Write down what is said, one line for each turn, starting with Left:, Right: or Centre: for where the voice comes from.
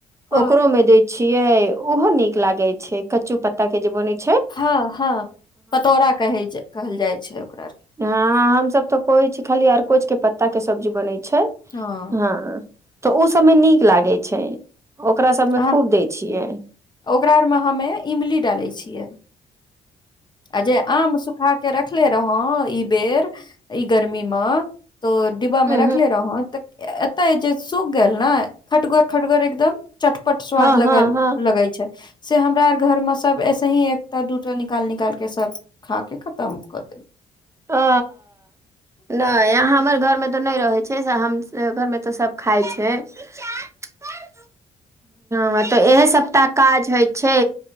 Left: हँ
Right: ओकरो मे दै छिये ओहो नीक लागे छै कच्चू पत्ता के जे बने छै
Left: हँ हँ पतौरा कहे कहल जाइ छै ओकरा
Right: हँ हम सब तऽ कहे छी खाली अरकोच के पत्ता के सब्जी बनै छै
Left: हँ
Right: हँ त ओ सबमे नीक लागे छै ओकरा सबमे
Left: आ
Right: खूब दै छियै
Left: ओकरा आरमे हमे इमली डालै छियै आ जे आम सुखा के रखले रहौ ई बेर ई गर्मी में त डिब्बा
Right: ह
Left: में रखले रह तँ एतय जे सूख गेल ने खटगर खटगर एकदम चटपट स्वाद
Right: हँ हँ
Left: लग
Right: हँ
Left: लगै छै से हमरा आर घर में सब ऐसे ही एकटा दूटा निकाल निक निकाल के सब खा के खतम कऽ देल
Right: अ नहि यहाँ हमर घरमे त नहि रहै छै हम घरमे त सब खाए छै <unintelligible> ह तऽ इहे सबटा काज होइ छै